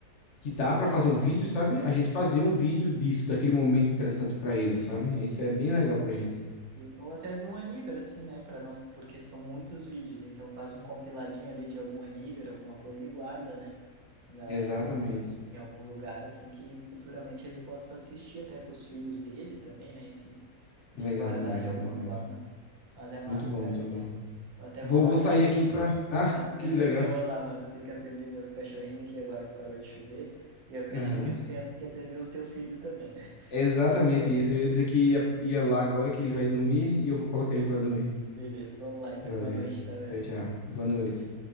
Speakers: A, on the left (about 60°); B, on the right (about 80°).
A: que dá para fazer um vídeo, sabe? A gente fazer um vídeo disso, daquele momento interessante para ele, sabe? Isso é bem legal pra gente.
B: Sim, ou até de um Aniver, assim, né? Para não, porque são muitos vídeos, então faz um compiladinho ali de algum Aniver, alguma coisa e guarda, né? Na,
A: Exatamente.
B: na- em algum lugar, assim, que futuramente ele possa assistir até com os filhos dele também, né? Enfim, de
A: Legal
B: guardar
A: demais,
B: de alguma
A: legal demais.
B: forma, né? Mas é massa,
A: Muito bom,
B: cara,
A: muito
B: isso
A: bom.
B: aí. Eu até
A: Vou,
B: vou lá
A: vou
B: que
A: sair
B: eu,
A: aqui pra. Ah,
B: ah, <laughs>
A: que
B: eu
A: legal.
B: também vou lá, mano. Eu tenho que atender meus cachorrinhos aqui agora que parou de chover. E eu acredito
A: Aham.
B: que tu tenha que atender o teu filho também, né? <laughs>
A: É exatamente
B: Então,
A: isso. Eu ia dizer que ia, ia lá agora que ele vai dormir e eu vou colocar ele pra dormir.
B: beleza, vamos lá então.
A: Valeu.
B: Boa noite, tá, velho?
A: Tchau, tchau. Boa noite.